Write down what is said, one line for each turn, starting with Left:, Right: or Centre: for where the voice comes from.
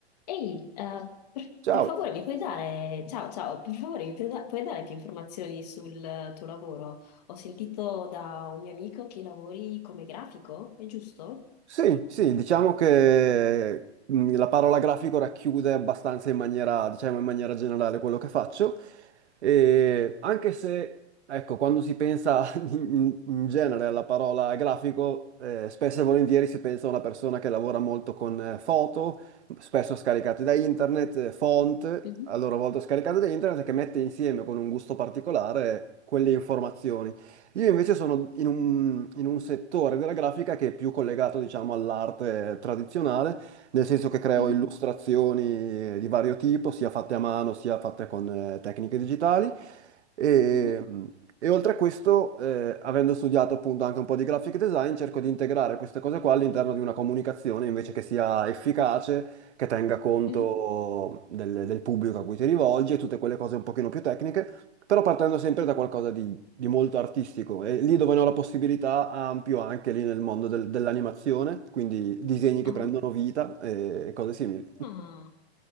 Left: Ehi, eh, per,
Right: Ciao.
Left: per favore mi puoi dare, ciao, ciao, per favore mi puoi, da- puoi dare più informazioni sul eh, tuo lavoro? Ho sentito da un mio amico che lavori come grafico, è giusto?
Right: Sì, sì, diciamo che mh, la parola grafico racchiude abbastanza in maniera, diciamo, in maniera generale quello che faccio. E anche se, ecco, quando si pensa <laughs> in, in genere alla parola grafico, eh, spesso e volentieri si pensa a una persona che lavora molto con eh, foto, spesso scaricate da internet, eh, font,
Left: Mhm,
Right: a loro volta scaricate da internet, che mette insieme con un gusto particolare quelle informazioni. Io invece sono in un, in un settore della grafica che è più collegato, diciamo, all'arte tradizionale, nel senso che creo
Left: mhm,
Right: illustrazioni di vario tipo, sia fatte a mano, sia fatte con eh, tecniche digitali. E,
Left: mhm,
Right: e oltre a questo, eh, avendo studiato appunto anche un po' di graphic design, cerco di integrare queste cose qua all'interno di una comunicazione invece che sia efficace, che tenga conto
Left: mhm.
Right: del, del pubblico a cui ti rivolgi e tutte quelle cose un pochino più tecniche, però partendo sempre da qualcosa di di molto artistico e lì dove ne ho la possibilità ampio anche lì nel mondo del- dell'animazione, quindi disegni che
Left: Ah,
Right: prendono vita e cose simili.
Left: ah,